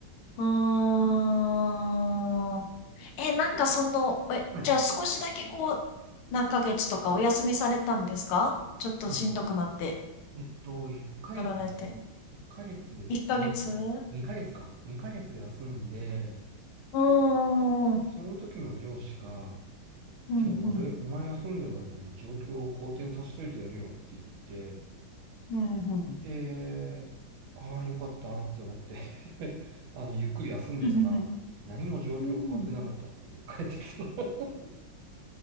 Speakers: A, on the left; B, on the right.
A: うーん。え、なんかその、え、
B: はい。
A: じゃあ少しだけこう、何ヶ月とかお休みされたんですかちょっとしんどくなって、
B: まあ、えっと、1ヶ月、
A: なられて。
B: 1ヶ月、にあ2ヶ月か。
A: 1ヶ月う
B: 2ヶ月休んで、
A: ーん。うん、
B: その時の上司が、
A: うん。
B: じゃあ俺、お前休んでる間に状況を好転させといてやるよって言って、
A: うん、うん。
B: で、ああ、よかったって思って <laughs> あの、ゆっくり休んでたら、
A: うん、<laughs>
B: 何も状況変わってなかったっていう、
A: うん。うん。
B: 帰ってきたの。<laughs>